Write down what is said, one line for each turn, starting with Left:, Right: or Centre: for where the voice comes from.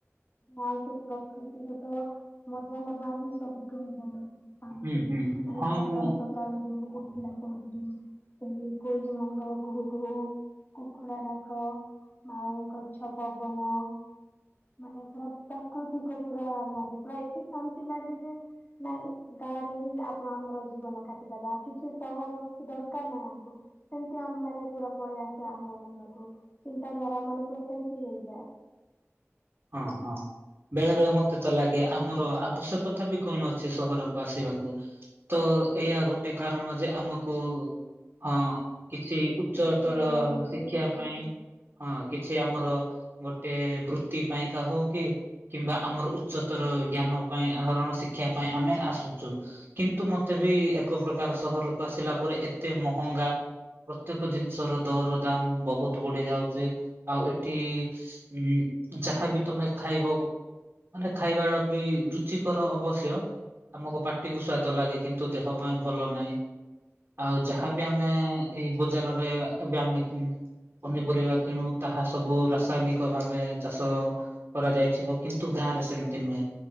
Left: ଆଉ ସେ ପ୍ରକୃତିରେ ତ ମଜା ନବା ହିଁ ସବୁଠାରୁ ବଡ। ପାନ୍ତି
Right: ହୁଁ ହୁଁ
Left: ତାହେଲେ
Right: ହୁଁ। ହଁ
Left: ସକାଳୁ
Right: ମୁଁ
Left: ସକାଳୁ ଯୋଉ ଉଠିଲା ପରେ ଯୋଉ ଉଁ କୋଇଲି ମାନଙ୍କର କୁହୁ କୁହୁ କୁକୁଡା ଡାକ। ଆଉ ଗଛ ପବନ ମାନେ ପୁରା ପ୍ରାକୃତିକ ପୁରା ଲାଗେ ପୁରା <unintelligible> ଶାନ୍ତି ଲାଗେ ଯେ ନାଇଁ ଗାଁରେ ହିଁ ଆତ୍ମା ଆମର ଜୀବନ କାଟିଦବା କିଛି ସହର କିଛି ଦରକାର ନାହିଁ ଆମକୁ। ସେମତି ଆମେ ମାନେ ପୁରା ପଳେଇ ଆସୁ ଆମର ମୁଣ୍ଡକୁ ଚିନ୍ତାଧାରା ମାନେ ପୁରା କେମିତି ହେଇଯାଏ।
Right: ହଁ ହଁ ବେଳେ ବେଳେ ମତେ ତ ଲାଗେ ଆମର ଆବଶ୍ୟକ ତା ବିି କଣ ଅଛି ସହରକୁ ଆସିବାକୁ ତ ଏଇଆ ଗୋଟେ କାରଣ ଯେ ଆମକୁ ହଁ କିଛି ଉଚ୍ଚ
Left: କିଛି କରିବାର
Right: ତର
Left: ଅଛି
Right: ଶିକ୍ଷା ପାଇଁ
Left: ଆଜ୍ଞା।
Right: ହଁ କିଛି ଆମର ଗୋଟେ ବୃତ୍ତି ପାଇଁକା ହଉ କି କିମ୍ବା ଆମର ଉଚ୍ଚତର ଜ୍ଞାନ ପାଇଁ ଆହରଣ ଶିକ୍ଷା ପାଇଁ ଆମେ ଆସୁଛୁ। କିନ୍ତୁ ମତେ ବି ଏକ ପ୍ରକାର ସହରକୁ ଆସିଲା ପରେ ଏତେ ମହଙ୍ଗା ପ୍ରତ୍ୟକ ଜିନିଷ ର ଦର ଦାମ ବହୁତ ବଢି ଯାଉଛି ଆଉ ଏଠି ଉଁ ଯାହା ବି ତମେ ଖାଇବ ମାନେ ଖାଇବା ବି ରୁଚିକର ଅବଶ୍ୟ ଆମକୁ ପାଟିକୁ ସ୍ଵାଦ ଲାଗେ କିନ୍ତୁ ଦେହ ପାଇଁ ଭଲ ନାହିଁ। ଆଉ ଯାହାବି ଆମେ ଏଇ ବଜାରରେ ଏବେ ଆମେ କି ପନିପରିବା କିଣୁ ତାହା ସବୁ ରାସାୟନିକ ଭାବେ ଚାଷ କରାଯାଇଥିବ କିନ୍ତୁ ଗାଁ ରେ ସେମିତି ନୁହେଁ